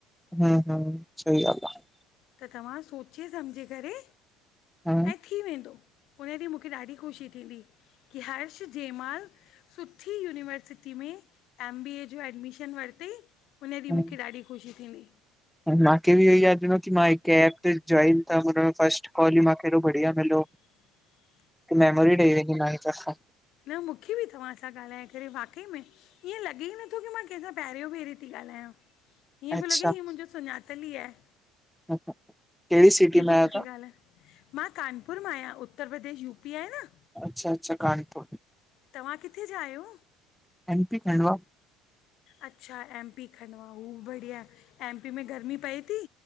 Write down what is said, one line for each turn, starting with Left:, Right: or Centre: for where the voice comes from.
Centre: हम्- हम् सही ॻाल आहे
Left: त तव्हां सोचे समुझे करे
Centre: हां <unintelligible>
Left: ऐं थी वेंदो, उन ॾींहुं मूंखे ॾाढी ख़ुशी थींदी कि हर्ष जैं माल सुठी यूनिवर्सिटी में, एम बी ए जो एडमिशन वरिती उन ॾींहुं
Centre: हम्म
Left: मूंखे ॾाढी ख़ुशी थींदी।
Centre: मांखे बि इहो यादि ईंदो, कि मां हिक एप ते जाइन कयमि, त हुन में फस्ट कॉल ई मूंखे हेॾो बढ़िया मिलियो।
Left: <inaudible>
Centre: हिक मेमोरी ठई वई की न <unintelligible>
Left: न मूंखे बि तव्हां सां ॻाल्हाए करे वाकई में, ईअं लॻे ई नो क मां कहिंसां पहिरियों भेरो थी ॻाल्हायां, ईअं
Centre: अच्छा
Left: पियो लॻे ही मुंहिंजो सुञातलु ई आए।
Centre: <unintelligible>
Left: हीअ
Centre: में
Left: बि
Centre: आयो
Left: सुठी ॻाल्हि आहे, मां कानपुर मां आहियां। उत्तर प्रदेश यूपी आहे न।
Centre: अच्छा अच्छा, कानपुर।
Left: तव्हां किथे जा आहियो?
Centre: M P, Khandwa. <unintelligible>
Left: अच्छा, एम पी खंडवा, हू बि बढ़िया, एम पी में गर्मी पए थी?